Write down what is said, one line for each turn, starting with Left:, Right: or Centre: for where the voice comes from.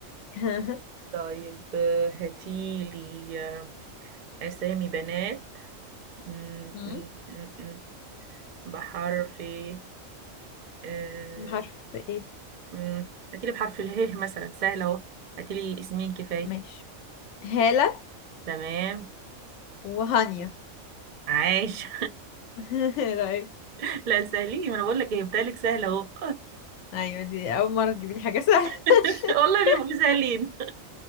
Left: <laughs>
Right: طيب آه، هاتيلي آه، اسامي بنات م-
Left: أمم،
Right: م- م- م- بحرف إيه؟ آه،
Left: بحرف ايه
Right: م- هاتيلي بحرف اله مثلا سهل اهو هاتيلي اسمين كفايه
Left: ماشي هالة
Right: تمام
Left: وهانيا
Right: عاش
Left: <laughs> ايه رأيك
Right: <laughs> لا سهلين ما انا بقول لك ايه بتهيألك سهل اهو
Left: ايوه دي اول مرة تجيبي لي حاجة سهلة
Right: <laughs>
Left: <laughs>
Right: والله بيبقوا سهلين